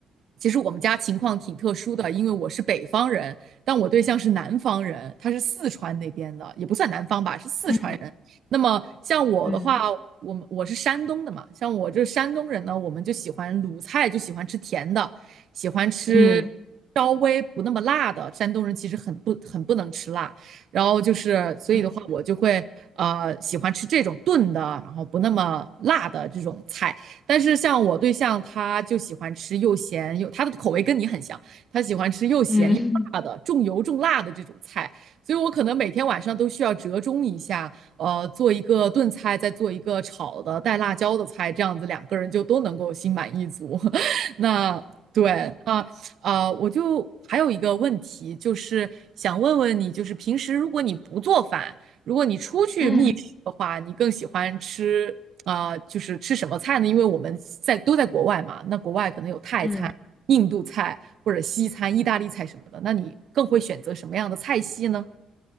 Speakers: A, on the right (about 65°); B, on the left (about 25°).
A: 其实我们家情况挺特殊的，因为我是北方人，但我对象是南方人，他是四川那边的，也不算南方吧，是四川人。
B: 嗯
A: 那么像我的话，
B: 嗯
A: 我们我是山东的嘛，像我这山东人呢，我们就喜欢鲁菜，就喜欢吃甜的，喜欢吃
B: 嗯
A: 稍微不那么辣的。山东人其实很不很不能吃辣，然后就是所以的话，
B: 嗯
A: 我就会呃喜欢吃这种炖的，然后不那么辣的这种菜。但是像我对象，他就喜欢吃又咸又，他的口味跟你很像。他喜欢吃又咸又辣的、
B: 嗯
A: 重油重辣的这种菜，所以我可能每天晚上都需要折中一下，呃，做一个炖菜，再做一个炒的带辣椒的菜，这样子两个人就都能够心满意足。<laughs> 那对，啊呃，我就还有一个问题，就是想问问你，就是平时如果你不做饭，如果你出去觅食的话，
B: 嗯
A: 你更喜欢吃啊、呃就是吃什么菜呢？因为我们在都在国外嘛，那国外可能有泰餐。
B: 嗯，
A: 印度菜或者西餐、意大利菜什么的，那你更会选择什么样的菜系呢？